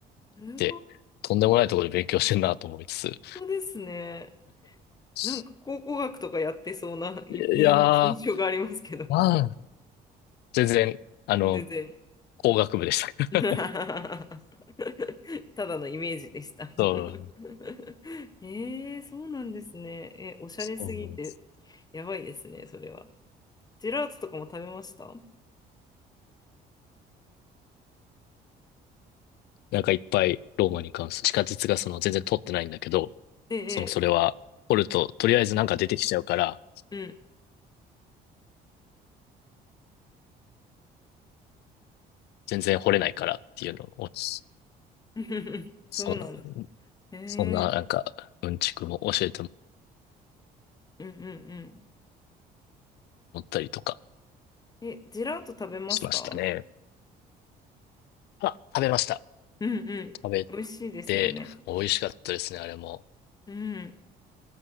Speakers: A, on the left; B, on the left.
A: すごい、
B: て、とんでもないところで勉強してんなと思いつ
A: そうですね。
B: つ。
A: なんか考古学とかやってそうない印印象がありますけど、
B: いやー、まあ、全然、あの、
A: 全然。
B: 工学部でした。
A: <laughs>
B: <laughs>
A: ただのイメージでした。<laughs>
B: そう、
A: ええ、そうなんですね。え、おしゃれすぎて、
B: そうなんです。
A: やばいですね、それは。ジェラートとかも食べました
B: なんかいっぱいローマに関する地下鉄がその全然通ってないんだけど、
A: ええ、
B: その、それは、掘ると、とりあえずなんか出てきちゃうから、
A: ええ
B: 全然掘れないからっていうのを、そ
A: うん。<laughs> そうなんです。
B: うなん、
A: ええ、
B: そんな、なんか、うんちくも教えても
A: うんうんう
B: らったりとか
A: ん。え、ジェラート食べました
B: しましたね。あ、食べました。
A: うんうん。
B: 食べ
A: 美味しいですよね。
B: て、美味しかったですね、あれも。
A: うん。